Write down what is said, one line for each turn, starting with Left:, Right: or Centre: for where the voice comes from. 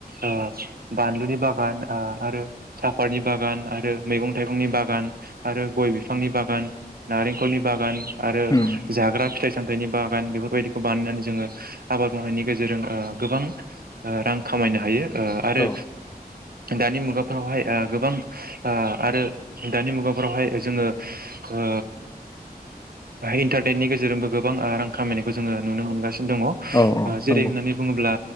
Right: ओ बानलुनि बागान आरो साफातनि बागान आरो मैगं थाइगंनि बागान आरो गय बिफांनि बागान नारेंखलनि बागान आरो
Left: उम
Right: जाग्रा फिथाइ सामथायाइनि बा गान बेफोरबायदिखौ बानायनानै जोङो आबाद मावनायनि गेजेरजों ओ गोबां रां खामायनो हायो। ओ आरो
Left: औ
Right: दानि मुगाफोरावहाय ओ गोबां ओ आरो दानि मुगाफोरावहाय जोङो ओ इन्टारनेटनि गेजेरजोंबो गोबां ओरां खामायनायखौ जोङो नुनो मोनगासिनो दङ। ओ
Left: औ औ
Right: जेरै
Left: नंगौ
Right: होननानै बुङोब्ला